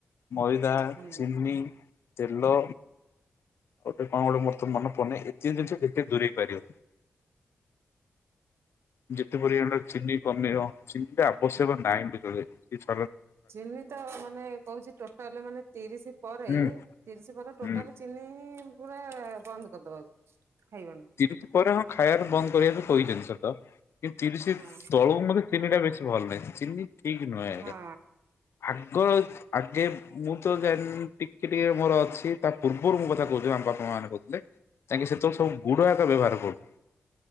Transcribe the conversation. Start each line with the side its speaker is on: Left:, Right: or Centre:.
Left: ମଇଦା
Right: ହୁଁ।
Left: ଚିନି ତେଲ ଗୋଟେ କଣ ଗୋଟେ ମୋରତ ମନେ ପଡ଼ୁନି ଏତିକି ଜିନିଷ ଯେତେ ଦୂରେଇପାରିବ। ଯେତେ ପରିମାଣରେ ଚିନି କମେଇବ ଚିନିଟା ଆବଶ୍ୟକ ନାହିଁବି କହିଲେ କିଛି
Right: ଚିନିତ ମାନେ କହୁଚି ଟୋଟାଲି ମାନେ ତିରିଶି ପରେ
Left: ହୁଁ
Right: ତିରିଶି ପରେ ଟୋଟାଲି
Left: ହୁଁ
Right: ଚିନି ପୁରା ବନ୍ଦ କରିଦବାକୁ ଖାଇବାନି।
Left: ତିରିଶି ପରେ ହଁ ଖାଇବାର ବନ୍ଦ କରିବାକୁ କହିଚନ୍ତି ସତ କିନ୍ତୁ ତିରିଶି
Right: ହଁ
Left: ତଳବୁ ମଧେ ଚିନିଟା ବେଶୀ ଭଲ ନାହିଁ ଚିନି ଠିକ୍ ନୁହେଁ ଆଜ୍ଞା।
Right: ହଁ
Left: ଆଗ ଆଗେ ମୁଁ ତ ଯାଣିନି ଟିକେ ଟିକେ ମୋର ଅଛି ତା ପୂର୍ବରୁ ମୁଁ କଥା କହୁଚି ଆମ ବାପା ମା ମାନେ କହୁଥିଲେ ତାଙ୍କେ ସେତେବଳେ ସବୁ ଗୁଡ଼ ଆକ ବ୍ୟବହାର କରୁ